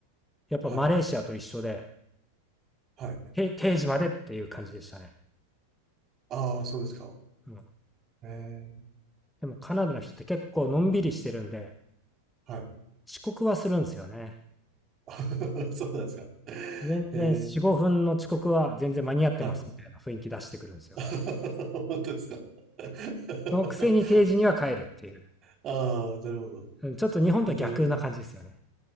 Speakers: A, in the centre; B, on the right.
A: やっぱマレーシアと一緒で、
B: はい。はい。
A: 定時までっていう感じでしたね。
B: ああ、そうですか。
A: うん。
B: ええ、
A: でもカナダの人って結構のんびりしてるんで、
B: はい。
A: 遅刻はするんですよね。
B: <laughs> そうなんですか。
A: 全然4、
B: ええ、
A: 5分の遅刻は全然間に合ってますみたいな雰囲気出してくるんですよ。
B: はい。<laughs> 本当ですか。<laughs>
A: そのくせに定時には帰るっていう。
B: ああ、なるほど。
A: うんちょっと日本とは逆な感じですよね。
B: ええ、